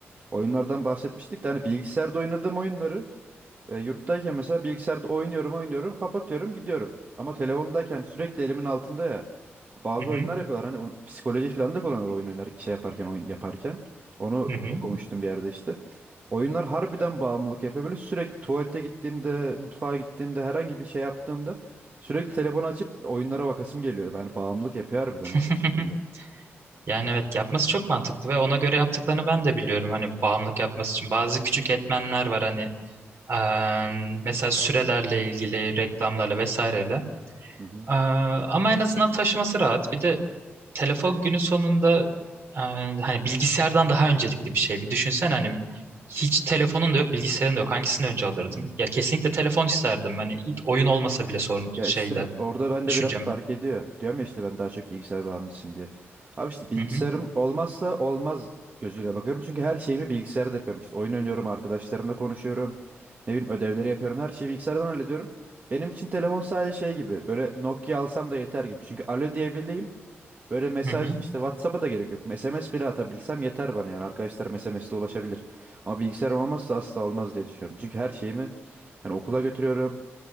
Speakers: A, on the right (about 35°); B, on the right (about 60°).
A: Oyunlardan bahsetmiştik de hani bilgisayarda oynadığım oyunları e, yurttayken mesela bilgisayarda oynuyorum oynuyorum kapatıyorum gidiyorum. Ama telefondayken sürekli elimin altında ya bazı
B: Hı hı,
A: oyunlar yapıyorlar hani o psikoloji falan da kullanır oyun oynar şey yaparken oyun yaparken. Onu
B: hı hı.
A: okumuştum bir yerde işte. Oyunlar harbiden bağımlılık yapıyor böyle sürekli tuvalete gittiğimde mutfağa gittiğimde herhangi bir şey yaptığımda sürekli telefonu açıp oyunlara bakasım geliyor. Yani bağımlılık yapıyor harbiden
B: <laughs>
A: o o şekilde.
B: Yani evet yapması çok mantıklı ve ona göre yaptıklarını ben de biliyorum. Hani bağımlılık yapması için bazı küçük etmenler var hani Eee, mesela sürelerle ilgili, reklamlarla vesaireyle.
A: Hı hı.
B: Eee, ama en azından taşıması rahat. Bir de telefon günün sonunda eee, hani bilgisayardan daha öncelikli bir şey. Bir düşünsen hani hiç telefonun da yok, bilgisayarın da yok. Hangisini önce alırdın? Ya kesinlikle telefon isterdim. Hani ilk oyun olmasa bile sorun
A: Ya
B: şeyde
A: işte orada ben
B: düşüncem.
A: de biraz fark ediyor. Diyorum ya işte ben daha çok bilgisayar bağımlısıyım diye. Abi işte bilgisayarım
B: Hı hı.
A: olmazsa olmaz gözüyle bakıyorum. Çünkü her şeyimi bilgisayarda yapıyorum. İşte oyun oynuyorum, arkadaşlarımla konuşuyorum. Ne bileyim ödevleri yapıyorum. Her şeyi bilgisayardan hallediyorum. Benim için telefon sadece şey gibi. Böyle Nokia alsam da yeter gibi. Çünkü alo diyebileyim. Böyle mesaj
B: Hı hı.
A: işte WhatsApp'a da gerek yok. SMS bile atabilsem yeter bana yani. Arkadaşlarım SMS'le ulaşabilir. Ama bilgisayarım olmazsa asla olmaz diye düşünüyorum. Çünkü her şeyimi yani okula götürüyorum.